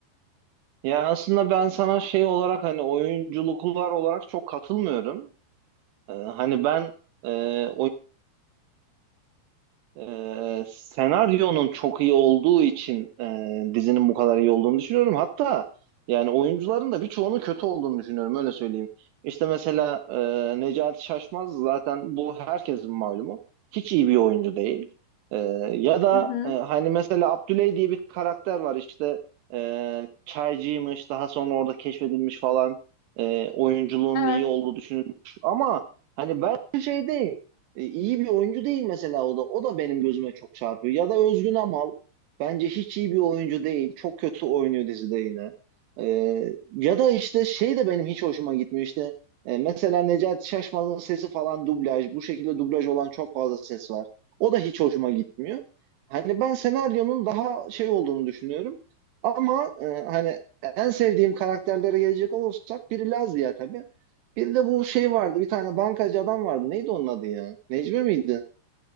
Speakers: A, on the right; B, on the left.
A: Ya aslında ben sana şey olarak hani oyunculuklar olarak çok katılmıyorum. Ee, hani ben e, Ee, senaryonun çok iyi olduğu için e, dizinin bu kadar iyi olduğunu düşünüyorum. Hatta yani oyuncuların da birçoğunun kötü olduğunu düşünüyorum öyle söyleyeyim. İşte mesela e, Necati Şaşmaz zaten bu herkesin malumu. Hiç iyi bir oyuncu değil. E, ya da
B: Hı hı.
A: e, hani mesela Abdüley diye bir karakter var işte e, çaycıymış daha sonra orada keşfedilmiş falan E, oyunculuğunun
B: Evet,
A: iyi olduğu düşünülmüş. Ama hani ben şey değil. E, iyi bir oyuncu değil mesela o da. O da benim gözüme çok çarpıyor. Ya da Özgün Amal bence hiç iyi bir oyuncu değil. Çok kötü oynuyor dizide yine. E, ya da işte şey de benim hiç hoşuma gitmiyor işte. e, mesela Necati Şaşmaz'ın sesi falan dublaj. Bu şekilde dublaj olan çok fazla ses var. O da hiç hoşuma gitmiyor. Hani ben senaryonun daha şey olduğunu düşünüyorum. Ama e, hani en sevdiğim karakterlere gelecek olursak biri Lazia tabii. Bir de bu şey vardı. Bir tane bankacı adam vardı. Neydi onun adı ya? Necmi miydi?